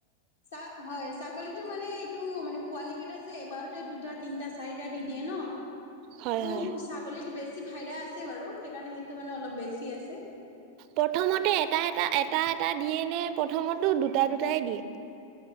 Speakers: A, on the left (about 70°); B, on the right (about 40°).
A: চা হয় ছাগলীতটো মানে এইটো মানে পোৱালি কেইটা যে এবাৰতে দুটা। তিনিটা- চাৰিটা দি দিয়ে ন।
B: হয়
A: তো,
B: হয়
A: ছাগলীত বেছি ফাইদা আছে বাৰু সেইকাৰণে সেইটো মানে অলপ বেছি আছে।
B: প্ৰথমতে এটা - এটা, এটা - এটা দিয়ে নে প্ৰথমতো দুটা দুটাই দিয়ে?